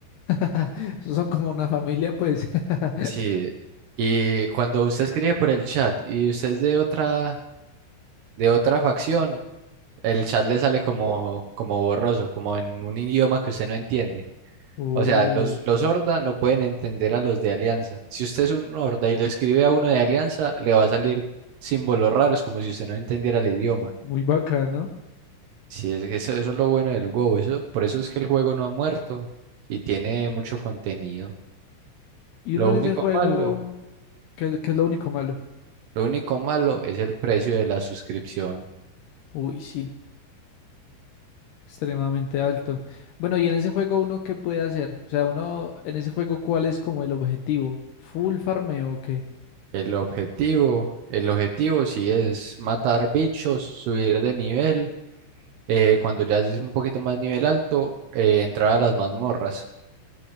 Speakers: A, on the left; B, on the right.
A: <laughs> Esos son como una familia, pues. <laughs>
B: Sí, y cuando usted escribe por el chat y usted es de otra, de otra facción, el chat le sale como, como borroso, como en un idioma que usted no entiende.
A: Oh,
B: O sea, los, los horda no pueden entender a los de alianza. Si usted es un horda y le escribe a uno de alianza, le va a salir símbolos raros, como si usted no entendiera el idioma.
A: muy bacano.
B: Sí, es que eso, eso es lo bueno del WoW, eso, por eso es que el juego no ha muerto y tiene mucho contenido.
A: Y
B: Lo
A: uno en
B: único
A: ese juego.
B: malo,
A: ¿Qué, qué es lo único malo?
B: lo único malo es el precio de la suscripción.
A: Uy, sí, extremadamente alto. Bueno, y en ese juego uno qué puede hacer? O sea, uno en ese juego ¿cuál es como el objetivo? ¿Full farmeo o qué?
B: El objetivo, el objetivo sí es matar bichos, subir de nivel. eh, cuando ya es un poquito más nivel alto, eh, entrar a las mazmorras,